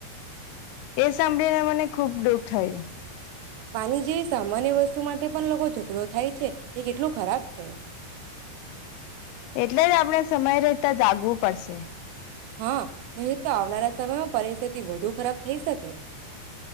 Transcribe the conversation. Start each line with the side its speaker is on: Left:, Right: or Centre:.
Left: એ સાંભળીને મને ખૂબ દુઃખ થયું.
Right: પાણી જેવી સામાન્ય વસ્તુ માટે પણ લોકો ઝઘડો થાય છે. એ કેટલું ખરાબ છે.
Left: એટલે જ આપણે સમય રહેતા જાગવું પડશે.
Right: હા, નહી તો આવનારા સમયમાં પરિસ્થિતિ વધુ ખરાબ થઈ શકે.